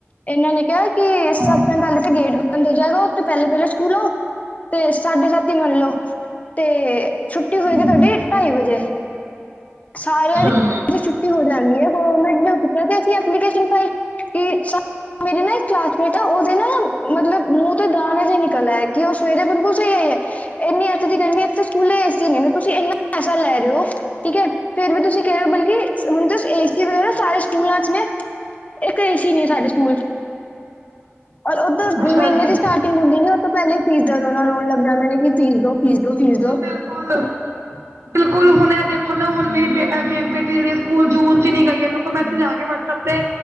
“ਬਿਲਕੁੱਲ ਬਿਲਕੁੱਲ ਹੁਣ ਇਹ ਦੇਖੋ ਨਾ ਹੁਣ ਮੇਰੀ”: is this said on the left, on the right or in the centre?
Right